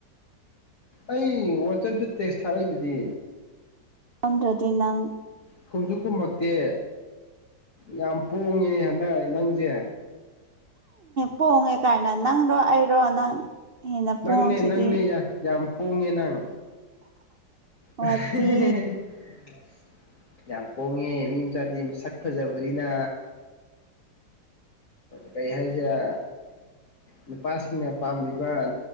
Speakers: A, on the left; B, on the right.
A: ꯑꯩ ꯋꯥꯠꯆꯞꯇ ꯇꯦꯁ ꯊꯔꯛꯏꯗꯨꯗꯤ꯫
B: ꯊꯥꯔꯝꯗꯔ꯭ꯗꯤ ꯅꯪ꯫
A: ꯈꯣꯡꯁꯨ ꯈꯨꯨꯝꯃꯛꯇꯦ ꯌꯥꯝ ꯄꯣꯡꯉꯤꯅꯦ ꯍꯟꯗꯛ ꯅꯪꯁꯦ꯫
B: ꯄꯣꯡꯉꯦ ꯀꯥꯏꯅ ꯅꯪꯂꯣ ꯑꯩꯔꯣ ꯅꯪ꯫ ꯍꯦꯟꯅ
A: ꯅꯪꯅꯦ
B: ꯄꯣꯡꯁꯤꯗꯤ
A: ꯅꯪꯅꯦ ꯌꯥ ꯌꯥꯝ ꯄꯣꯡꯉꯦ ꯅꯪ꯫ <unintelligible>
B: ꯋꯥꯊꯤ
A: ꯌꯥꯝ ꯄꯣꯡꯉꯦ ꯃꯤ ꯃꯆꯥꯗꯤ ꯁꯛ ꯐꯖꯕꯅꯤꯅ꯫ ꯀꯔꯤ ꯍꯥꯏꯁꯤꯔ꯫ ꯅꯨꯄꯥꯁꯤꯡꯅ ꯄꯥꯝꯕꯤꯕ